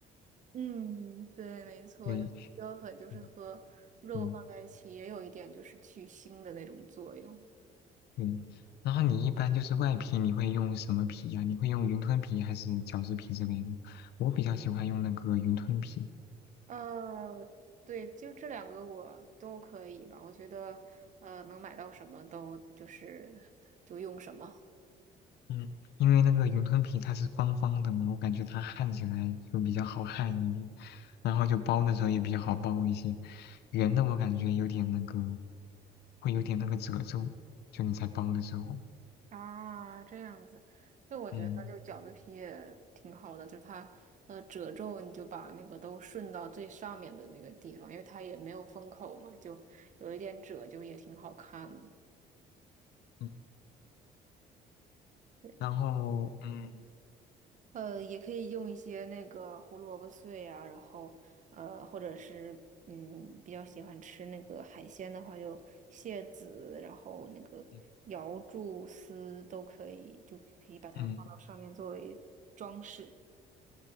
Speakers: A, on the right; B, on the left.
A: 嗯，对，没错，
B: 对，
A: 因为胡椒粉就是和肉放在一起，
B: 嗯。嗯
A: 也有一点就是去腥的那种作用。
B: 嗯，然后你一般就是外皮，你会用什么皮呀、你会用云吞皮还是饺子皮之类的？我比较喜欢用那个云吞皮，
A: 呃，对，就这两个我都可以吧，我觉得呃能买到什么都就是就用什么。
B: 嗯，因为那个云吞皮它是方方的嘛，我感觉它焊起来就比较好焊一点，然后就包的时候也比较好包一些。圆的我感觉有点那个，会有点那个褶皱，就你在包的时候，
A: 啊，这样子，那我觉得就饺子皮也挺好的，
B: 嗯。
A: 就是它呃褶皱，你就把那个都顺到最上面的那个地方，因为它也没有封口嘛，就有一点褶，就也挺好看的。
B: 嗯
A: 对，
B: 然后，嗯
A: 呃，也可以用一些那个胡萝卜碎啊，然后呃，或者是嗯，比较喜欢吃那个海鲜的话，就蟹籽，然后那个瑶柱丝都可以，
B: 嗯
A: 就可以把它放到上面作为装饰。
B: 嗯，